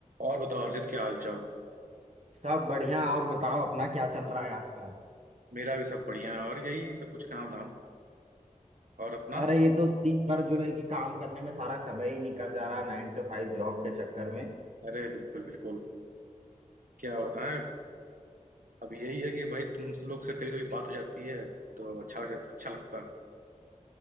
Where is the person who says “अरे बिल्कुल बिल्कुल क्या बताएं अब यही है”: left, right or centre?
Right